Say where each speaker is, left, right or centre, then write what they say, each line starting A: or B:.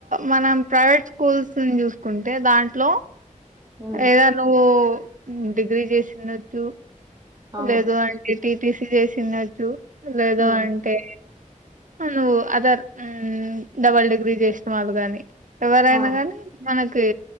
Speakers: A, on the right; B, on the right.
A: మనం ప్రైవేట్ స్కూల్స్ చూసుకుంటే దాంట్లో
B: మ్మ్
A: ఏద నువ్ ఉమ్ డిగ్రీ చేసిండచ్చు
B: అవును
A: లేదు అంటే టీటీసి చేసిండొచ్చు లేదో
B: మ్మ్
A: అంటే నువ్వు అదర్ డబల్ డిగ్రీ చేస్తు వాళ్ళు గాని ఎవరైనా
B: ఆ
A: గాని మన కే